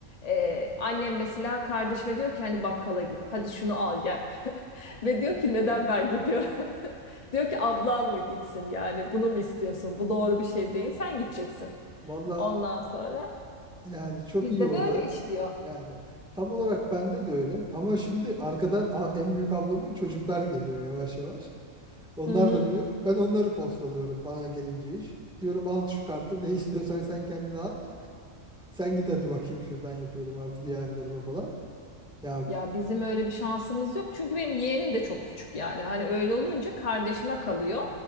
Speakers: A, on the left; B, in the centre.
A: E, annem mesela kardeşime diyor ki hani bakkala git. Hadi şunu al gel. <laughs> Ve diyor ki neden ben gidiyorum? <laughs> Diyor ki ablan mı gitsin yani bunu mu istiyorsun? Bu doğru bir şey değil. Sen gideceksin.
B: <laughs> Valla
A: Ondan sonra
B: Yani çok
A: Bizde
B: iyi olay.
A: böyle işliyor.
B: Yani tam olarak bende de öyle. Ama şimdi arkadan a- en büyük ablamın çocuklar geliyor yavaş yavaş. Onlar
A: Hı hı.
B: da büyüyor. Ben onları postalıyorum bana gelince iş. Diyorum al şu kartı ne istiyorsan sen kendine al. Sen git hadi bakayım şuradan yapıyorum artık yeğenlerime falan. Ya
A: Ya bizim öyle bir şansımız yok. Çünkü benim yeğenim de çok küçük yani. Hani öyle olunca kardeşime kalıyor.